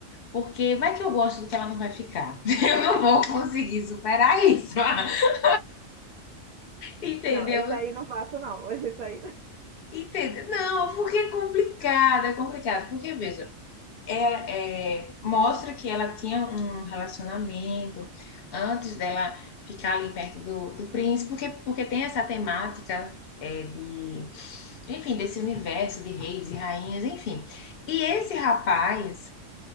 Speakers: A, on the left; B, on the right.
A: Porque vai que eu gosto do que ela não vai ficar. <laughs> Eu não vou conseguir superar isso. <laughs> Entendeu?
B: Não, esse aí não passo, não. <laughs> Esse aí não.
A: Entendeu? Não, porque é complicado, é complicado. Porque, veja, ela é, mostra que ela tinha um relacionamento antes dela ficar ali perto do, do príncipe, porque, porque tem essa temática é, de enfim, desse universo de reis e rainhas, enfim. E esse rapaz,